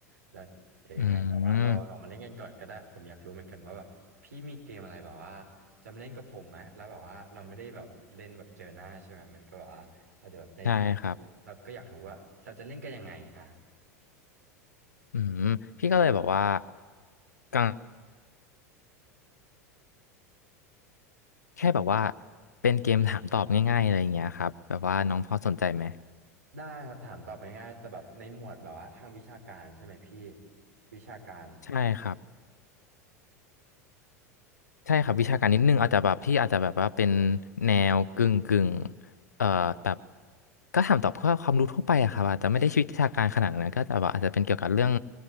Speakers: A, on the right; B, on the left.
A: แล้วเดี๋ยวยังไงแบบว่าเราลองมาเล่นกันก่อนก็ได้ผมอยากรู้เหมือนกันว่าแบบพี่มีเกมอะไรแบบว่าจะมาเล่นกับผมไหมแล้วแบบว่าเราไม่ได้แบบเล่นแบบเจอหน้าใช่ไหมมันก็แบบว่าอาจจะแบบในโทร
B: อืมใช่ครับ
A: แล้วก็อยากรู้ว่าเราจะเล่นกันยังไงอ่ะ
B: อืมพี่ก็เลยแบบว่ากังแค่แบบว่าเป็นเกมถามตอบง่ายๆอะไรอย่างเงี้ยครับแบบว่าน้องพอสนใจไหม
A: ได้ครับถามตอบง่ายๆแต่แบบในหมวดแบบว่าทางวิชาการใช่ไหมพี่วิชาการ
B: ใช่ครับ ใช่ครับวิชาการนิดนึงอาจจะแบบพี่อาจจะแบบว่าเป็นแนวกึ่งกึ่งเอ่อแบบก็ถามตอบเพื่อความรู้ทั่วไปอะครับอาจจะไม่ได้วิชาการขนาดนั้นก็จะแบบอาจจะเป็นเกี่ยวกับเรื่อง